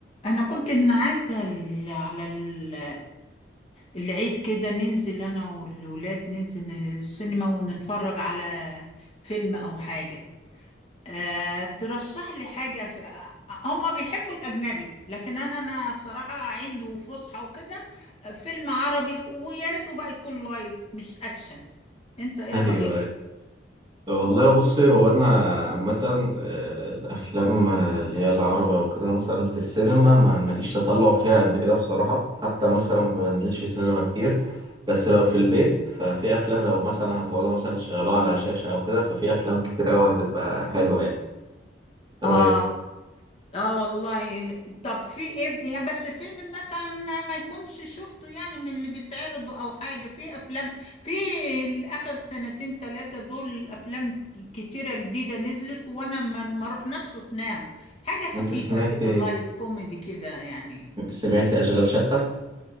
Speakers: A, on the left; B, on the right.
A: انا كنت إن عايزه ال- على ال- العيد كده ننزل انا والولاد ننزل السينما ونتفرج على فيلم او حاجه أه ترشح لي حاجه في... هما بيحبوا الاجنبي لكن انا انا الصراحه عيد وفسحه وكده آه، فيلم عربي ويا ريته بقى يكون لايت مش اكشن انت ايه
B: ايوه
A: رايك
B: أيوه. طب والله بصي هو انا عامه آه، الافلام آه، اللي هي العربي او كده مثلا في السينما ما ماليش تطلع فيها قد كده بصراحه حتى مثلا ما بنزلش سينما كتير بس لو في البيت ففي افلام لو مثلا هتقعدوا مثلا تشغلوها على شاشه او كده ففي افلام كتير قوي هتبقى حلوه يعني ايه
A: اه
B: رايك
A: اه والله طب في ايه يا بس فيلم مثلا ما يكونش شفته يعني من اللي بيتعرضوا او حاجة في افلام في الاخر سنتين ثلاثة دول افلام كتيرة جديدة نزلت وانا ما, ما رحناش شفناها حاجة خفيفة
B: انت سمعت
A: كده لايت كوميدي كده يعني
B: سمعت اشغال شقه